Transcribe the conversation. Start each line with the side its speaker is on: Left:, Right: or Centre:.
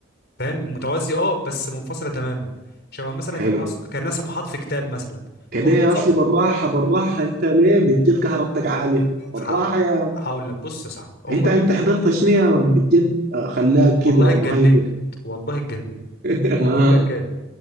Left: فاهم متوازيه اه بس منفصله تماما شبه مثلا
Right: حلو
Left: كان ناس كان ناس صفحات في كتاب مثلا
Right: كده
Left: كل
Right: يا
Left: صفحه
Right: اصلي بالراحة بالراحة انت ليه بجد كهربتك عالية بالراحة
Left: حقق-
Right: يا مان.
Left: هقول لك بص يا صاحبي هم
Right: انت
Left: بي...
Right: انت حضرت شنو يا مان بجد آه، خلاك كده
Left: والله اتجننت
Right: مهيبر <laughs>
Left: والله اتجننت
Right: اه
Left: اقول لك ايه